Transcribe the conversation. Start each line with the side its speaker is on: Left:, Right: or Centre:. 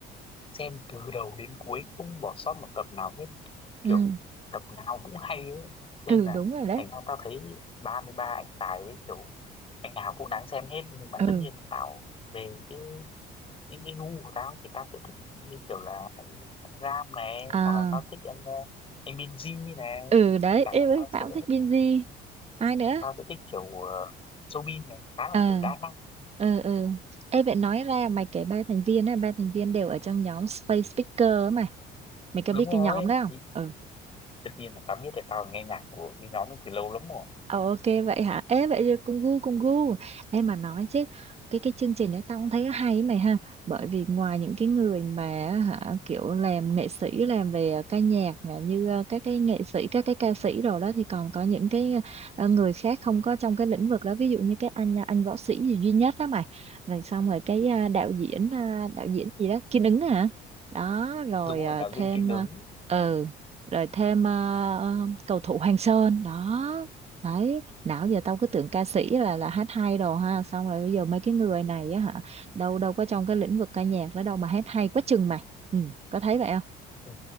Left: xem từ đầu đến cuối không bỏ sót một tập nào hết
Right: Ừ.
Left: kiểu tập nào cũng hay ấy nên
Right: ừ
Left: là
Right: đúng rồi đấy
Left: thành ra tao thấy 33 anh tài ấy kiểu anh nào cũng đáng xem hết nhưng mà
Right: ừ
Left: tất nhiên tao về cái cái cái gu của tao thì tao sẽ thích như kiểu là anh, anh Ram này
Right: à
Left: hoặc là tao thích anh ờ, anh Binz này
Right: ừ đấy
Left: tất cả
Right: em
Left: là
Right: ơi
Left: tao
Right: tao
Left: sẽ
Right: cũng thích Binz ai nữa
Left: tao sẽ thích kiểu ờ, Soobin này khá là
Right: ờ
Left: kiểu đa năng
Right: ừ ừ em vậy nói ra mày kể ba thành viên ấy ba thành viên đều ở trong nhóm Space Speaker ấy mày mày có
Left: đúng
Right: biết
Left: rồi
Right: cái nhóm đó không
Left: thì
Right: Ừ.
Left: tất nhiên là tao biết là tao nghe nhạc của cái nhóm ấy từ lâu lắm rồi
Right: Ờ, ok vậy hả? Ê vậy thì cùng gu cùng gu. Em mà nói chứ cái cái chương trình đấy tao cũng thấy hay ấy mày ha. Bởi vì ngoài những cái người mà hả kiểu làm nghệ sĩ làm về ờ, ca nhạc nè, như ờ, các cái nghệ sĩ các cái ca sĩ rồi đó thì còn có những cái ờ, người khác không có trong cái lĩnh vực đó ví dụ như cái anh ờ, anh võ sĩ gì duy nhất đó mày. Rồi xong rồi cái ờ, đạo diễn ờ, đạo diễn gì đó Kiên Ứng hả? Đó rồi
Left: đúng
Right: ờ,
Left: rồi đạo
Right: thêm
Left: diễn Kiên Ứng
Right: ờ ừ, rồi thêm ờ, ờ, cầu thủ Hoàng Sơn đó Đấy, nào giờ tao cứ tưởng ca sĩ là là hát hay đồ ha, xong rồi bây giờ mấy cái người này á hả, đâu đâu có trong cái lĩnh vực ca nhạc đó đâu mà hát hay quá chừng mày. Ừ, có thấy vậy không?
Left: Ừ.